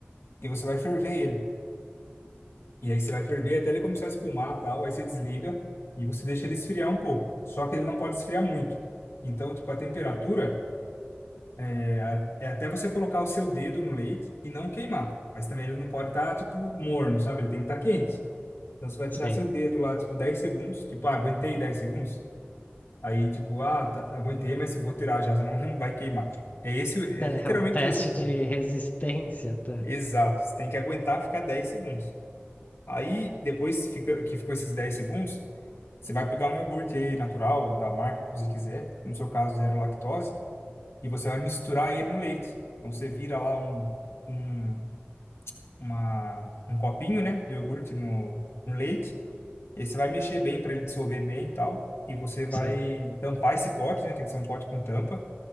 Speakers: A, on the left; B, on the left.
A: e você vai ferver ele. E aí você vai ferver até ele começar a espumar e tal. Aí você desliga e você deixa ele esfriar um pouco. Só que ele não pode esfriar muito. Então, tipo, a temperatura. É a- é até você colocar o seu dedo no leite e não queimar. Mas também ele não pode estar, tipo, morno, sabe? Ele tem que estar quente. Então você vai deixar
B: Sei.
A: seu dedo lá, tipo, 10 segundos. Tipo, ah, aguentei 10 segundos. Aí, tipo, ah, tá, aguentei, mas se vou tirar já, senão <laughs> não vai queimar. É esse, o- é
B: É,
A: literalmente
B: é o teste
A: esse o ponto.
B: de resistência, tá?
A: Exato. Você tem que aguentar ficar 10 segundos. Aí, depois fica- que ficou esses 10 segundos, você vai pegar um iogurte aí natural, da marca que você quiser, no seu caso, zero lactose, e você vai misturar ele no leite. Então você vira lá um. um uma, um copinho, né, de iogurte no, no leite. E aí você vai mexer bem para ele dissolver bem e tal. E você vai
B: Sei.
A: tampar esse pote, né? Tem que ser um pote com tampa.